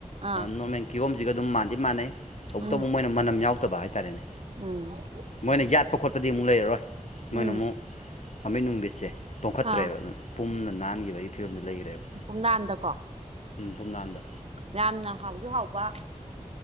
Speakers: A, on the right (about 55°); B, on the left (about 65°).
A: ꯑꯥ
B: ꯅꯣꯔꯃꯦꯜ ꯀꯤꯍꯣꯝꯁꯤꯒ ꯑꯗꯨꯝ ꯃꯥꯟꯗꯤ ꯃꯥꯟꯅꯩ ꯇꯧꯕ
A: ꯎꯝ
B: ꯇꯧꯕ ꯃꯣꯏꯅ ꯃꯅꯝ ꯌꯥꯎꯗꯕ ꯍꯥꯏꯇꯥꯔꯦꯅꯦ
A: ꯎꯝ
B: ꯃꯣꯏꯅ ꯌꯥꯠꯄ ꯈꯣꯠꯄꯗꯤ ꯑꯃꯨꯛ ꯂꯩꯔꯔꯣꯏ ꯃꯣꯏꯅ
A: ꯎꯝ
B: ꯑꯃꯨꯛ ꯑꯃꯤꯠ ꯅꯨꯡꯕꯤꯠꯁꯦ ꯇꯣꯡꯈꯠꯇ꯭ꯔꯦꯕ
A: ꯑꯥ
B: ꯑꯗꯨꯝ ꯄꯨꯝꯅ ꯅꯥꯟꯈꯤꯕꯒꯤ ꯐꯤꯕꯝꯗꯨ ꯂꯩꯈ꯭ꯔꯦꯕ
A: ꯄꯨꯝꯅꯥꯟꯗꯀꯣ
B: ꯄꯨꯝꯅꯥꯟꯗ
A: ꯌꯥꯝꯅ ꯍꯥꯎꯁꯨ ꯍꯥꯎꯕ